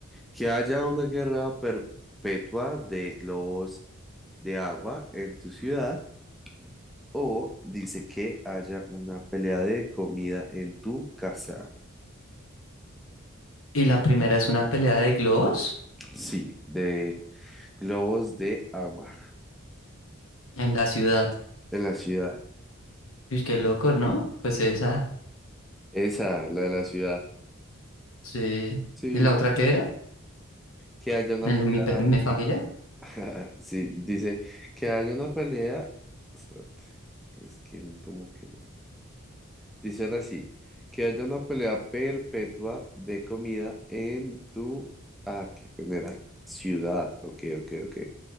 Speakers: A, in the centre; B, on the left (about 70°).
A: que haya una guerra perpetua de globos de agua en tu ciudad o dice que haya una pelea de comida en tu casa.
B: Y la primera es una pelea de globos
A: Sí, de globos de agua
B: en la ciudad.
A: en la ciudad.
B: Uy, qué loco, ¿no? Pues esa,
A: Esa, la de la ciudad.
B: sí.
A: Sí,
B: ¿Y la otra qué era?
A: que haya una
B: ¿En
A: pelea.
B: lo- mi, pe- mi familia?
A: <laughs> Sí, dice que haya una pelea. Espérate, Es que como que Dicen así, que haya una pelea perpetua de comida en tu... Ah, qué genera ciudad. Ok, ok, ok.